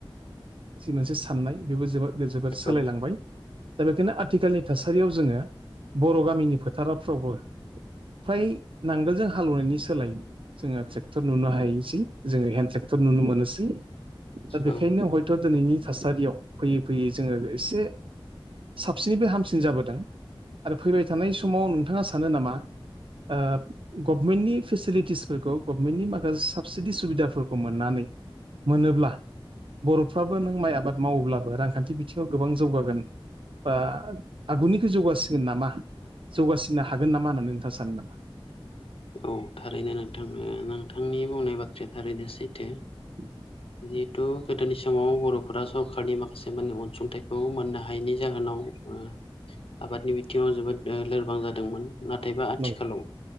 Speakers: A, on the right; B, on the left.
A: मोनसे साननाय बेबो जोबोद जोबोद सोलायलांबाय।
B: औ
A: दा बेखायनो आथिखालनि थासारियाव जोंङो बर' गामिनि फोथारावफ्रावबो। फ्राय नांगोलजों हालेवनायनि सोलायै जोङो ट्रेक्टर नुनो हायोसै जोङो हेन्द ट्रेक्टर। नुनो मोनोसै दा बेखायनो
B: औ
A: हयथ' दिनैनि। थासारियाव फैयै-फैयै जोङो एसे। साबसिननिफ्राय हामसिन जाबोदों आरो फैबाय थानाय समाव नोंथाङा सानो नामा? ओ गभमेन्टनि। फेसिलिटिसफोरखौ गभनमेन्टनि माखासे साबसिडि सुबिदाफोरखौ मोननानै मोनोब्ला। बर'फ्राबो नों माइ आबाद मावोब्लाबो रांखान्थि बिथिङाव गोबां जौगागोन। बा आगुनिखौ जौगासिगोन नामा? जौगासिननो हागोन नामा होननानै नोंथाङा सानो नामा?
B: औ थारैनो नोंथांनो- नोंथांनि बुंनाय बाथ्राया थारैनो सैथो।
A: <inaudible>
B: जिहेतु गोदोनि समाव बर'फोरा सरखारनि माखासे मे अनसुंथाइखौ मोननो हायैनि जाहोनाव।
A: <inaudible>
B: ओ आबादनि बिथिङाव जोबोद ओ लोरबां जादोंमोन नाथायबा आथिखालाव।
A: नंगौ